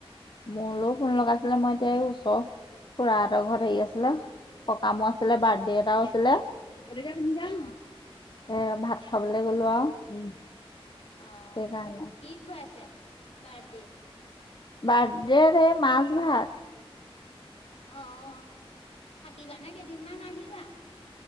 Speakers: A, on the left; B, on the left.
A: মোলৈও ফোন লগাছিলে মই এতিয়া এই ওচৰ খুৰাহঁতৰ ঘৰত হেৰি আছিলে, সকামো আছিলে, বাৰ্থডে এটাও আছিলে। এইটোকে পিন্ধি যাওঁ
B: অ
A: নেকি? এ ভাত খাবলে গলোঁ আৰু।
B: অ
A: সেইকাৰণে
B: কি খুৱাইছে বাৰ্থডেত?
A: বাৰ্থডে এই মাছ-ভাত।
B: অ অ থাকিবানে কেইদিনমান নে আহিবা?